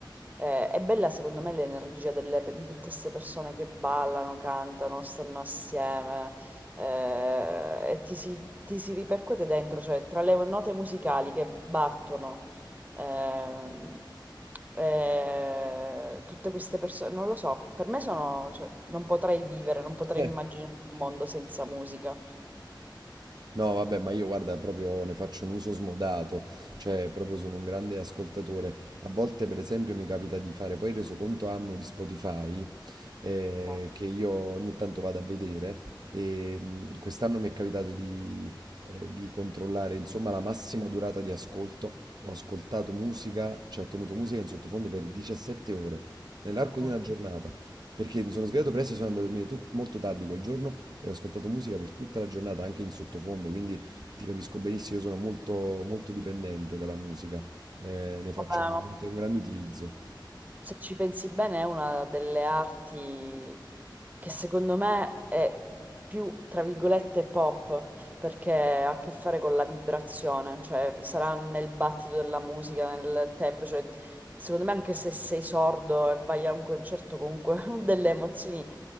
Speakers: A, on the right; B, on the right.
A: eh, è bella secondo me l'energia delle- di tutte queste persone che ballano, cantano, stanno assieme eh, e ti si, ti si ripercuote dentro, cioè tra le note musicali che battono, ehm, eh, tutte queste persone, non lo so, per me sono, cioè, non potrei vivere, non potrei
B: Eh,
A: immaginare un mondo senza musica.
B: No, vabbè, ma io guarda, proprio ne faccio un uso smodato, cioè proprio sono un grande ascoltatore. A volte, per esempio, mi capita di fare poi il resoconto anno di Spotify eh,
A: Eh,
B: che io ogni tanto vado a vedere e mh, quest'anno mi è capitato di, eh, di controllare insomma la massima durata di ascolto. Ho ascoltato musica, cioè ho tenuto musica in sottofondo per 17 ore, nell'arco
A: No,
B: di una giornata. Perché mi
A: no.
B: sono svegliato presto e sono andato a dormire tut- molto tardi quel giorno e ho ascoltato musica per tutta la giornata, anche in sottofondo, quindi ti capisco benissimo, io sono molto, molto dipendente dalla musica, eh, ne faccio
A: Vabbè,
B: veramente un grande utilizzo.
A: Se ci pensi bene, è una delle arti che secondo me è più, tra virgolette, pop, perché ha a che fare con la vibrazione, cioè sarà nel battito della musica, nel tempo, cioè secondo me anche se sei sordo e vai a un concerto comunque <laughs> delle emozioni